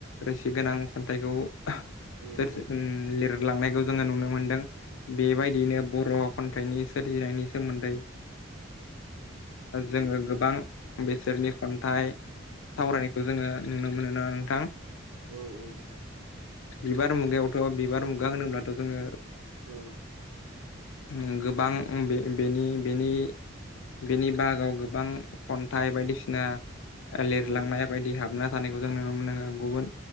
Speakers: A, on the left; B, on the right.
A: रोसि गोनां खन्थाइखौ
B: औ
A: सोर
B: औ
A: लिरलांनायखौ जोङो नुनो मोनदों बेबायदियैनो बर' खन्थाइनि सोरजि बिथांनि सोमोन्दै जोङो गोबां बिसोरनि खन्थाइ सावरायनायखौ जोङो नुनो मोनो ना नोंथां।
B: औ
A: बिबार मुगायावथ' बिबार मुगा होनोब्लाथ' जोङो
B: औ
A: उम गोबां बे बेनि बेनि बेनि बागाव गोबां खन्थाइ बायदिसिना लिरलांनाय
B: औ औ
A: बायदि हाबना थानायखौ जों नुनो मोनो गुबुन